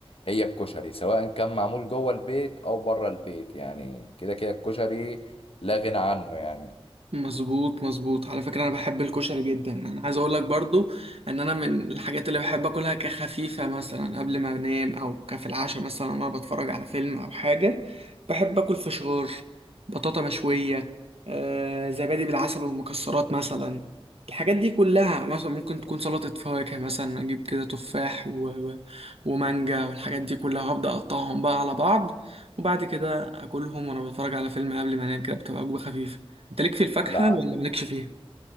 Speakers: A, on the left (about 70°); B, on the right (about 75°).
A: هي الكشري سواء كان معمول جوه البيت او بره البيت يعني كده كده الكشري لا غنى عنه يعني
B: مظبوط مظبوط على فكرة انا بحب الكشري جدا انا عايز اقول لك برضو ان انا من الحاجات اللي بحب اكلها كخفيفة مثلا قبل ما انام او كفي العشاء مثلا وانا بتفرج على فيلم او حاجة بحب اكل فشار بطاطا مشوية آه، زبادي بالعسل والمكسرات مثلا الحاجات دي كلها مثلا ممكن تكون سلطة فواكه مثلا اجيب كده تفاح و... و- ومانجا والحاجات دي كلها هبدأ اقطعهم بقى على بعض وبعد كده اكلهم وانا بتفرج على فيلم قبل ما انام كده بتبقى وجبة خفيفة انت ليك في الفاكهة
A: لا
B: ولا مالكش فيها؟